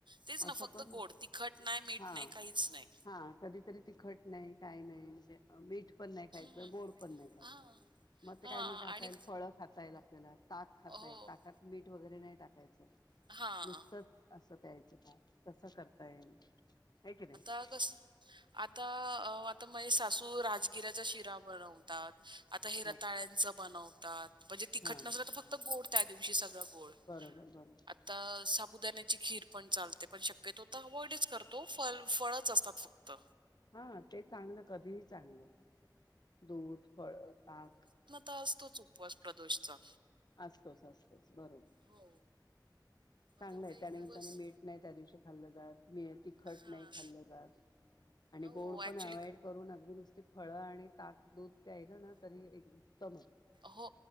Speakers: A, on the right (about 85°); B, on the left (about 60°).
A: तेच ना
B: अस
A: फक्त
B: पण
A: गोड. तिखट नाही, मीठ
B: हा
A: नाही, काहीच नाही.
B: हा कधीतरी ती खट नाही काही नाही म्हणजे मीठ पण नाही खायचं
A: हं.
B: गोड पण नाही खायचं
A: हां,
B: मग ते
A: हां
B: काय मग खाता
A: आणि
B: येईल फळ खातायला त्याला ताक खाता
A: हो.
B: येईल ताकात मीठ वगैरे नाही टाकायचं
A: हां,
B: नुसतंच असं प्यायचं कसं करताय काय कि नाही
A: कागस आता अ आता मा सासू राजगिऱ्याच्या शिरा बनवून आता हेिरताळ्यांच
B: हो
A: बनतात म्हणजे तिखट
B: हा
A: नसलं तर फक्त गोड त्या दिवशी सगळं गोड
B: बरोबर बरोबर
A: आ साबुदाण्याची खीर पण चालते आपण शक्यतो तर अवॉइडच करतो फ फळच असतात फक्त
B: हा ते चांगलं कधीही चांगलं दूध फळ ताक
A: ता असतोच उपवास प्रदोषचा
B: असतोच असतोच बरोबर
A: हो. मग
B: चांगलंय
A: तेवढा एक
B: त्यानमित्ताने
A: दिवस
B: मीठ नाही त्या दिवशी खाल्लं जात मीठ तिखट
A: हां.
B: नाही खाल्लं जात आणि
A: हो
B: गोड
A: ॲक्च्युली
B: पण अवायड करून अगदी नुसती फळं आणि ताक दूध प्याय ग ना तरी एक उत्तम आहे
A: हो